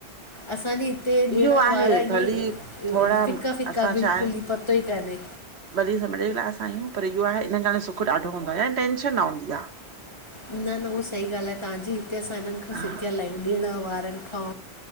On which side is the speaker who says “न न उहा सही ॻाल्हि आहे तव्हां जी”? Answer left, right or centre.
Left